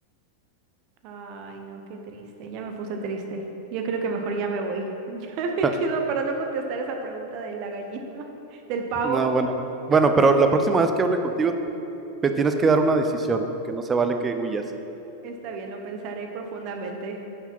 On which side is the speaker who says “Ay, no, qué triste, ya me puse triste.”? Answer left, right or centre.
Right